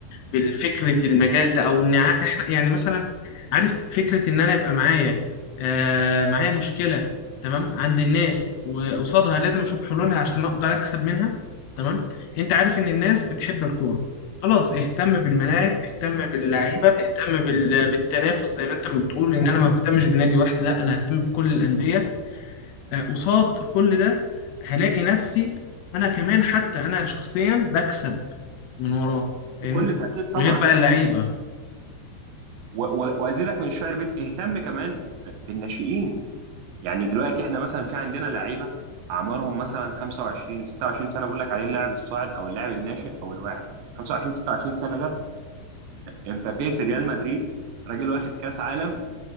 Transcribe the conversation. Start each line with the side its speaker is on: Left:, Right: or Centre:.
Left: بالفكرة المجال ده او ان ع- احنا يعني مثلا عارف فكرة ان انا يبقى معايا آه معايا مشكلة تمام عند الناس وقصادها لازم اشوف حلولها عشان اقدر اكسب منها تمام انت عارف ان الناس بتحب الكورة خلاص اهتم بالملاعب اهتم باللعيبة اهتم بال- بالتنافس زي ما انت ما بتقول ان انا ما بهتمش بنادي واحد لا انا ههتم بكل الأندية آه، قصاد كل ده هلاقي نفسي انا كمان حتى انا شخصيا بكسب من وراه فاهمني
Right: بكل تاكيد طبعا
Left: غير بقى
Right: طبعا
Left: اللعيبة
Right: و... و... وازيدك من الشعر بيت اهتم كمان بالناشئين يعني دلوقتي احنا مثلا في عندنا لعيبه اعمارهم مثلا 25 26 سنه بقول لك عليه اللاعب الصاعد او اللاعب الناشئ او الواعد 25 26 سنه ده امبابي في ريال مدريد راجل واخد كاس عالم